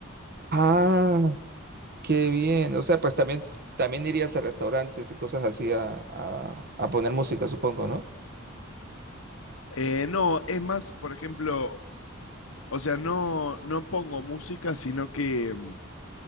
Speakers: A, on the right (about 50°); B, on the left (about 80°).
A: Ah, qué bien. O sea, pues también, también irías a restaurantes y cosas así a, a, a poner música, supongo, ¿no?
B: Eh, no, es más, por ejemplo, o sea, no, no pongo música, sino que em,